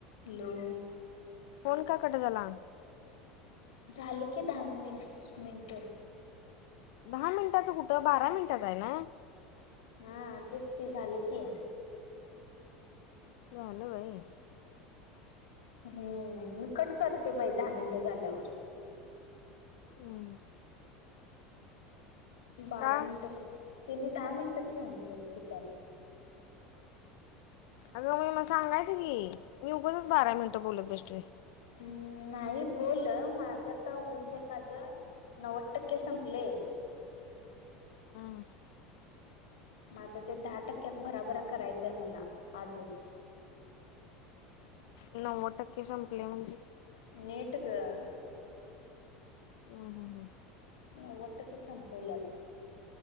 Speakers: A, on the left (about 90°); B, on the left (about 70°).
A: Hello.
B: Phone का cut झाला?
A: झालं की दहा मिन मिनटं.
B: दहा मिनिटाचं कुठं बारा मिनिटाचं आहे ना.
A: हा तेच की झालं की.
B: झाल होय.
A: हम्म मी कट करते बाई दहा मिनटे झाल्यावर.
B: हम्म.
A: बारा
B: का?
A: मिनटं त्याने दहा मिनिटंच सांगितलेत की त्यात.
B: अगं मी म सांगायचं की मी उगतच बारा मिनटं बोलत बसले.
A: हम्म नाही बोल माझता होऊ दे माझ नव्वद टक्के संपलेय
B: हं.
A: म अता ते दहा टक्क्यात भराभरा करायचा आहे मला आजच.
B: नव्वद टक्के संपले म्हणजे?
A: नेट गं
B: ह ह.
A: नव्वद टक्के संपवल्यात